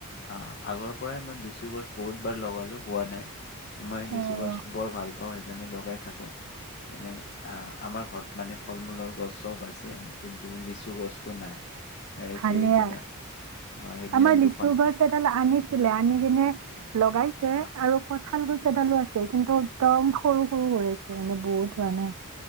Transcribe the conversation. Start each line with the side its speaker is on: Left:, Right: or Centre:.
Left: আহ আগৰ পৰাই মই লিচু গছ বহুত বাৰ লগালো হোৱা নাই। মই লিচু
Right: অ
Left: গছ বৰ ভাল। সেইকাৰণে লগাই থাকো এনে আহ আমাৰ ঘৰত মানে ফল মূলৰ গছ চব আছে কিন্তু লিচু গছতটো নাই। এই
Right: ভালে
Left: কেইদিনা
Right: আৰু
Left: অ' সেইদিনা
Right: আমাৰ লিচু
Left: দুখন
Right: এডাল আনি। আনিচিলে আনিকিনে। লগাইছে
Left: অ'
Right: আৰু ক'ত। ভাল গছ এডালো আছে কিন্তু একদম সৰু সৰু হৈ আছে মানে বহুত মানে।